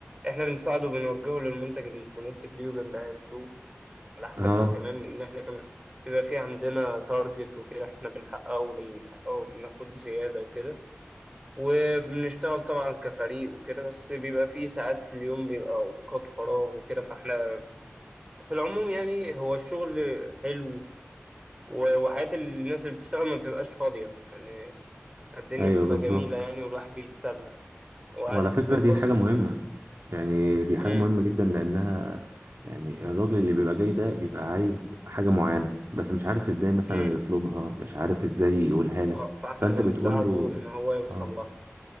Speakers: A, on the right; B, on the right.
A: احنا بنساعده بنوجهه للمنتج المناسب ليه وبنبيعه له على حسب
B: اه
A: بقى كمان ان احنا كمان بيبقى في عندنا تارجت وكده احنا بنحققه ولما بنحققه بناخد زيادة وكده وبنشتغل طبعا كفريق وكده بس بيبقى في ساعات في اليوم بيبقى اوقات فراغ وكده فاحنا في العموم يعني هو الشغل حلو و- وحياة الناس اللي بتشتغل ما بتبقاش فاضية يعني الدنيا
B: ايوه
A: بتبقى
B: بالظبط
A: جميلة يعني والواحد بيتسلى وقعدة
B: وعلى فكرة
A: البيت
B: دي
A: برضو
B: حاجة
A: بتبقى
B: مهمة يعني دي حاجة
A: امم
B: مهمة جدا لأنها يعني الراجل اللي بيبقى جاي ده بيبقى عايز حاجة معينة بس مش عارف ازاي مثلا
A: امم
B: يطلبها مش عارف ازاي يقولها لك
A: اه فاحنا
B: فأنت
A: بنساعده
B: بتقول له
A: ان هو يوصل
B: اه
A: لها